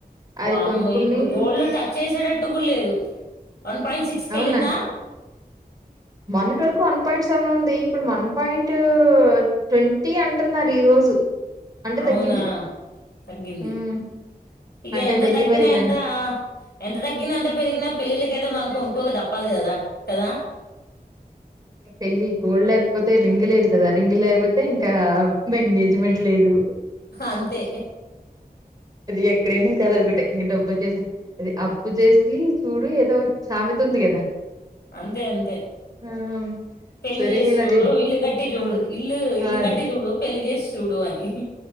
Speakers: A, on the right; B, on the left.
A: అది
B: వామ్మో
A: కొనుక్కుని
B: ఇప్పుడు గోల్డ్ టచ్ చేసేటట్టు కూడా లేదు వన్ పాయింట్ సిక్స్
A: అవునా
B: కెళ్ళిందా
A: మనట్ వరకు అను పాయింట్ సెవెన్ ఉంది ఇప్పుడు వన్ పాయింట్ ట్వంటీ అంటున్నారు ఈ రోజు అంటే
B: అవునా
A: తగ్గింది.
B: తగ్గింది
A: హ్మ్.
B: ఇక
A: అంటే
B: ఎంత
A: వెళ్ళి
B: తగ్గిన
A: మరి వెన్
B: ఎంత ఎంత తగ్గిన ఎంత పెరిగినా పెళ్ళిలకైతే మకు కొనుక్కోక తప్పదు కదా కదా
A: పెళ్ళి గోల్డ్ లేకపోతే రింగు లేదు కదా రింగు లేకపోతే ఇంకా ఎంగేజ్మెంట్ లేదు
B: అంతే
A: అది ఎక్కడైనా కదా ఒకటే. ఇంక డబ్బు చేసా అది అప్పు చేసి చూడు ఏదో సామెత ఉంది కదా.
B: అంతే అంతే.
A: ఆ.
B: పెళ్లి
A: సరే
B: చేసి
A: నేను
B: చూడు
A: అది
B: ఇల్లు కట్టి చూడు
A: ఆ!
B: ఇల్లు ఇల్లు
A: అదే
B: గట్టి చూడు పెళ్లి చేసి. చూడు అని.